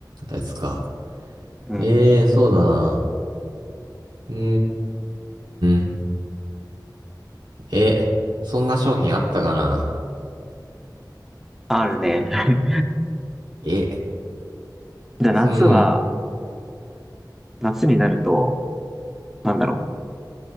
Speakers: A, on the right; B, in the centre.
A: やつか。
B: うん。
A: ええ、そうだな。うーん。え、そんな商品あったかな
B: あるね。<laughs>
A: え、
B: じゃあ夏は、
A: そん、
B: 夏になると、なんだろう。